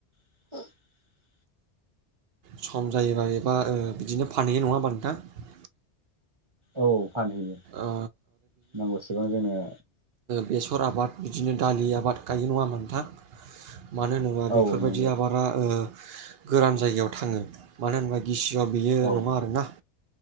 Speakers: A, on the right (about 30°); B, on the right (about 65°).
A: <inaudible>
B: सम जायोबा एबा ओ बिदिनो फानहैयो नंङा हानबा नोंथां?
A: औ फानहैयो
B: ओ
A: नांगौसेबां जोंनों
B: बेसर‌ आबाद, बिदिनो दालि आबाद, गायो नंङा ओमबा नोंथां मानो होनोबा
A: औ
B: बेफोरबायदि
A: औ नंगौ
B: आबादा ओ गोरान जायगायाव थांङो मानो होनोबा गिसिआव बेयो
A: औ
B: नंङा आरोना